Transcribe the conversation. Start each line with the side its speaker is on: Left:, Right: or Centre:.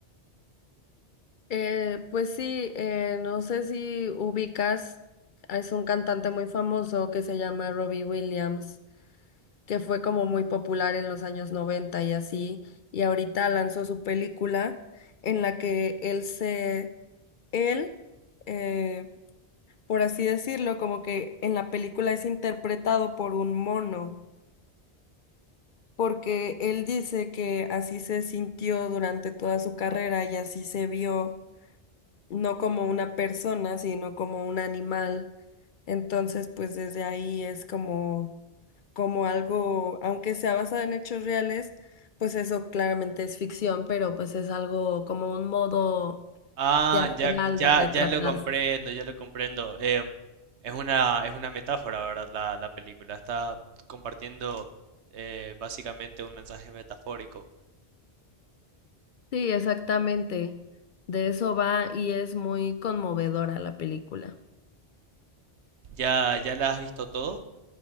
Left: Eh, pues sí, eh, no sé si ubicas, es un cantante muy famoso que se llama Robbie Williams, que fue como muy popular en los años 90 y así, y ahorita lanzó su película en la que él se, él, eh, por así decirlo, como que en la película es interpretado por un mono, porque él dice que así se sintió durante toda su carrera y así se vio no como una persona, sino como un animal. Entonces, pues desde ahí es como, como algo, aunque sea basado en hechos reales, pues eso claramente es ficción, pero pues es algo como un modo
Right: Ah,
Left: teatral
Right: Ya ya,
Left: de retratarse.
Right: ya, lo comprendo, ya lo comprendo. Em, es una, es una metáfora, ¿verdad? La, la película está compartiendo eh, básicamente un mensaje metafórico.
Left: Sí, exactamente. De eso va y es muy conmovedora la película.
Right: ¿Ya, ya la has visto todo?